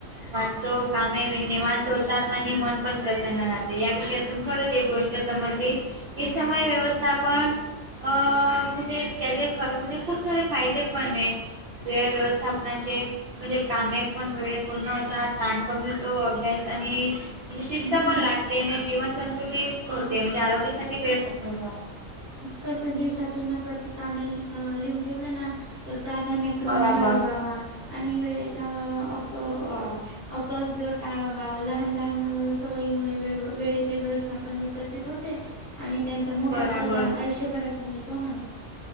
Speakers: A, on the right (about 60°); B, on the right (about 15°).
A: वाटतो कामे वि्यवत होतात आणि मन पण प्रसन्न राहे या विषयातून खरंच एक गोष्ट संबली समय व्यवस्थापन अ म्हणजे त्याचे खर म्हणजे खूप सारे फायदे पण आहे वेळ व्यवस्थापनाचे म्हणजे कामे पण वेळेत पूर्ण होता ताण कमी होतो अभ्यास आणि म्हणजे शिस्त
B: हम्म
A: पण लागते आणि जीवन संतुलित
B: हा
A: होते म्हणजे आरोग्यासाठी वेळ पण नव्हतो
B: कस दिवसातील महवाचे कामे लिहून ठेवले ना तर प्राधान्य क्रम
A: बरोबर.
B: ठरवावा आणि वेळेचा अ अपव्य टाळावा लहान लहान सवयीमुळे व वेळेचे व्यवस्थापन विकसित होते आणि त्यांचा मोठा
A: बराबर.
B: फायदा आयुष्यभरात मिळतो ना